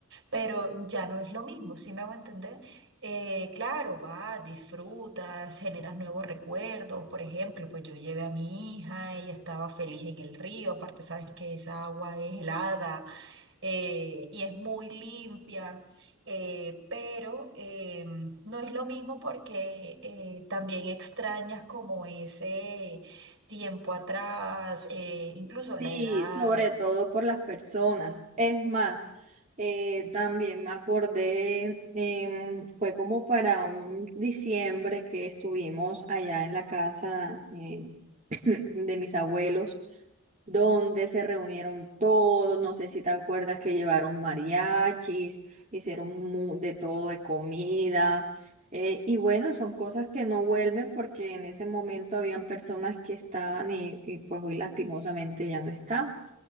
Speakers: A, on the right; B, on the right.
A: Pero ya no es lo mismo, ¿sí me hago entender? Eh, claro, va, disfrutas, generas nuevos recuerdos. Por ejemplo, pues yo llevé a mi hija, ella estaba feliz en el río, aparte sabes que esa agua es helada eh, y es muy limpia, eh, pero eh, no es lo mismo porque eh, también extrañas como ese tiempo atrás, eh, incluso
B: Sí,
A: la edad.
B: sobre todo por las personas. Es más, eh, también me acordé, em, fue como para un diciembre que estuvimos allá en la casa eh, <clears throat> de mis abuelos donde se reunieron todos, no sé si te acuerdas que llevaron mariachis, hicieron mu- de todo de comida. eh, y bueno, son cosas que no vuelven porque en ese momento habían personas que estaban y, y pues hoy lastimosamente ya no están.